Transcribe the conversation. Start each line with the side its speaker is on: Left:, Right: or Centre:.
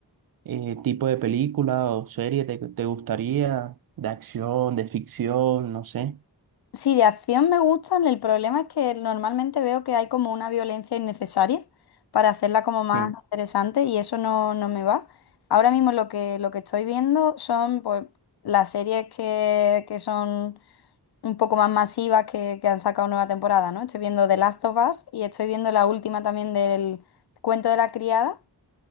Right: eh, tipo de película o serie te, te gustaría, de acción, de ficción, no sé.
Left: Sí, de acción me gustan. El problema es que normalmente veo que hay como una violencia innecesaria para hacerla como
Right: Sí,
Left: más interesante y eso no, no me va. Ahora mismo lo que, lo que estoy viendo son pues, las series que, que son un poco más masivas que, que han sacado nueva temporada, ¿no? Estoy viendo The Last of Us y estoy viendo la última también del Cuento de la Criada.